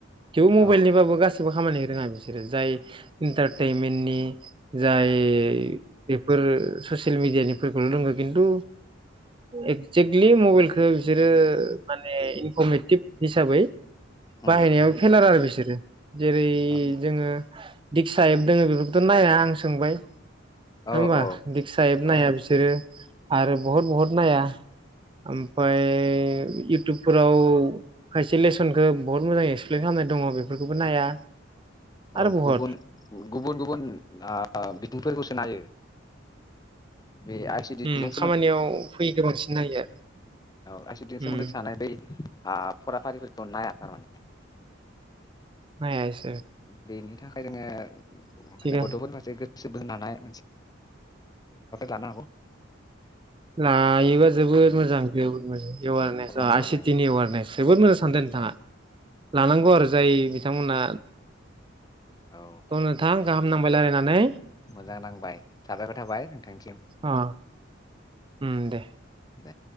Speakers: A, on the right; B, on the left.
A: थेव मबाइलनिबाबो
B: औ औ
A: गासिबो खामानि रोङा बिसोरो जाय इन्टारटनमेन्टनि जाय बेफोर ससियेल मिडियानिफोरखौल' रोंङो खिन्थु एक्जेक्टलि मबाइलखौ बिसोरो माने इनफरमेटिभ हिसाबै बाहायनायाव
B: उम
A: आरो बिसोरो जेरै
B: औ
A: जोङो दिक्सा एप दोङो बे बेथ' नाया आं सोंबाय। नङा
B: औ
A: होमबा
B: औ
A: दिक्सा एब
B: औ
A: नाया बिसोरो आरो बहुद बहुद नाया ओमफाय इउटुबफोराव खायसे लेसनखौ बहुत मोजां ए प्लेन खालामनाय दङ बेफोरखौबो नाया। आरो
B: औ
A: बहत
B: गुबुन गुबुन गुबुन ओ बिथिंफोरखौसो नायो। बे आइ सिटिजों
A: उम खामानियाव फैगो बांसिन। नायो आरो।
B: <unintelligible>
A: उम
B: आं फराफारिफोरखौ नाया थारमाने।
A: नाया इसो
B: बेनि थाखाय जोङो माने
A: थिगानो
B: गथ'फोरनि जे‌ <unintelligible>
A: लायोबा जोबोद मोजां जोबोद मोजां एवारनेस
B: प्रग्राम
A: आ
B: लानो
A: सिटि
B: हायो
A: नि एवारनेस
B: औ
A: जोबोद मोजां सानदो नोंथाङा।
B: औ
A: लानांगौ आरो जाय बिथांमोना
B: औ
A: थ' नोंथां गाहामनांबाय लायरायनानै।
B: मोजां नांबाय साबायखर थाबाय नोंथांनिसिम।
A: अ उम दे।
B: दे